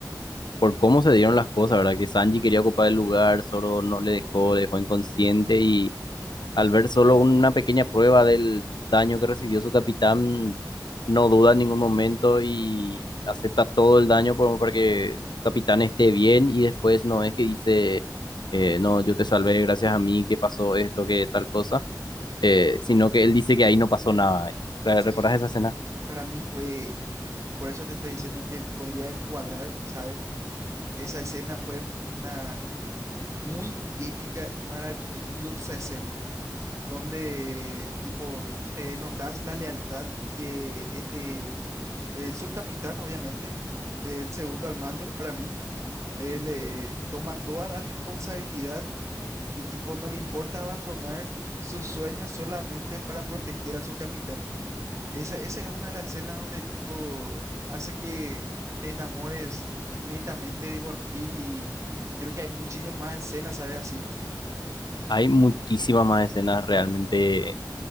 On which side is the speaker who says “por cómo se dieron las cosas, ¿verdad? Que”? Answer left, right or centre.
Left